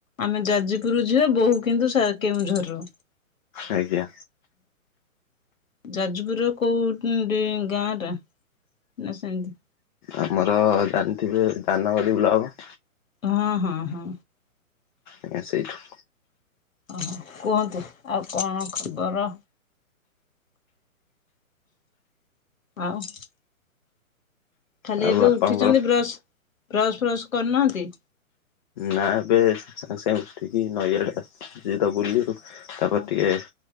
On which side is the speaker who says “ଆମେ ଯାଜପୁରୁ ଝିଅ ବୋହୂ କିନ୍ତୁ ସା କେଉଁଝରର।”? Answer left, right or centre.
Left